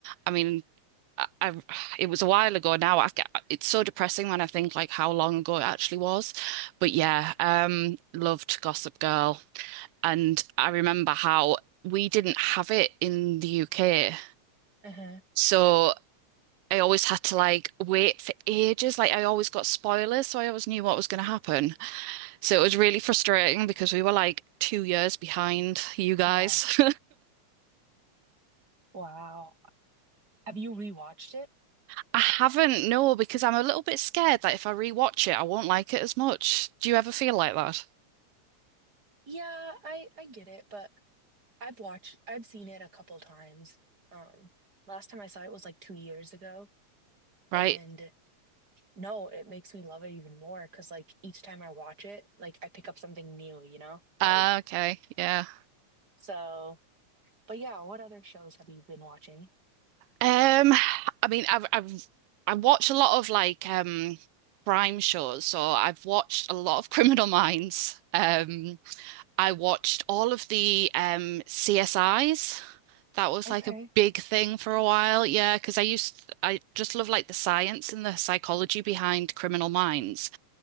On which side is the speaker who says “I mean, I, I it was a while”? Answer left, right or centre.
Right